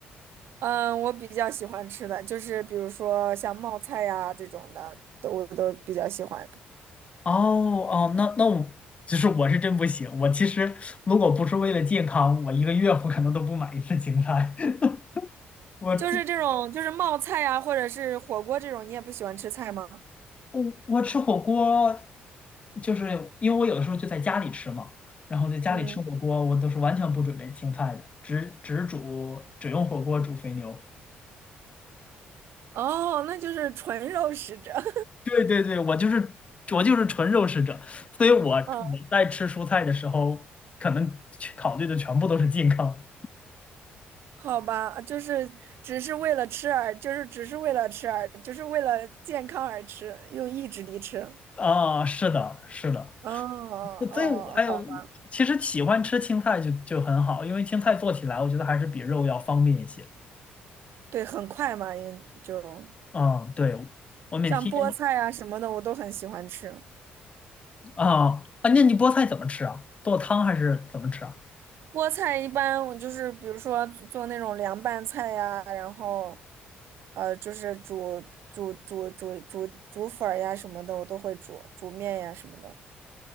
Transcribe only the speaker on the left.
哦哦，那那我就是我是真不行，我其实如果不是为了健康，我一个月我可能都不买一次青菜。<laughs> 我吃
我我吃火锅，就是因为我有的时候就在家里吃嘛，然后在家里吃火锅，
我都是完全不准备青菜的，只只煮只用火锅煮肥牛。
对对对，我就是我就是纯肉食者，所以我我在吃蔬菜的时候，
可能去考虑的全部都是健康
啊。是的，是的，
所以我哎呦，其实喜欢吃青菜就就很好，因为青菜做起来我觉得还是比肉要方便一些。
嗯，对，我每天
啊啊，那你菠菜怎么吃啊？做汤还是怎么吃啊？